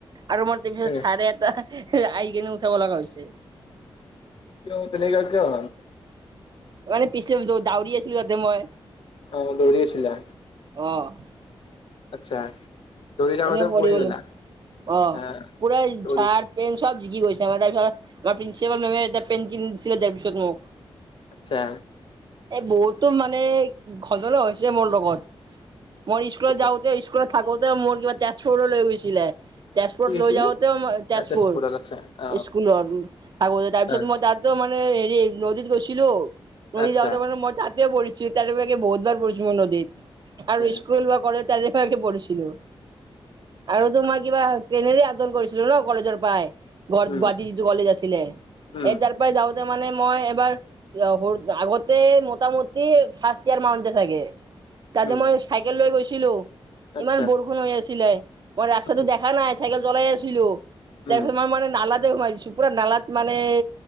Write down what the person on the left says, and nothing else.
এ
কিয় তেনে কিয় হ'ল
অ দৌৰি আছিলা
আচ্ছা। দৌৰি থাকোতে
গ'লা আচ্ছা
দৌৰি
ইছ,
আচ্ছা।
ক'ত
কি হৈছিলে
আ তেজপুৰত আচ্ছা অ
অ
আচ্ছা
এ
অ
উম
উম
উম,
আচ্ছা।
উম,
উম।